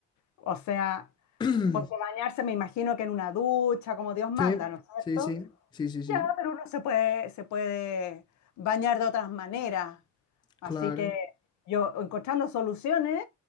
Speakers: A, on the left; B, on the left.
A: O sea,
B: <clears throat>
A: porque bañarse me imagino que en una ducha, como Dios manda,
B: Sí,
A: ¿no es cierto?
B: sí, sí, sí, sí, sí,
A: Ya, pero uno se puede, se puede bañar de otras maneras. Así
B: claro,
A: que yo encontrando soluciones,